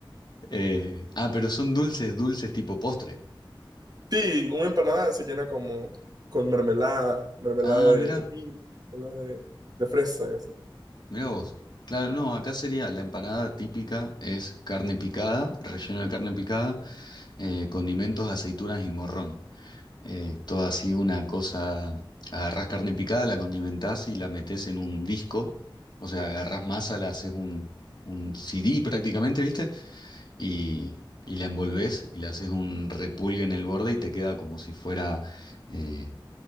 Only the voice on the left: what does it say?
Eh, Ah, pero son dulces, dulces tipo postre.
Ah,
mira,
mira vos. Claro, no, acá sería la empanada típica, es carne picada, relleno de carne picada, eh, condimentos, aceitunas y morrón. eh, toda así una cosa, agarrás carne picada, la condimentás y la metés en un disco, o sea, agarrás masa, la haces un, un CD prácticamente, ¿viste? Y, y la envolvés y le haces un repulgue en el borde y te queda como si fuera eh,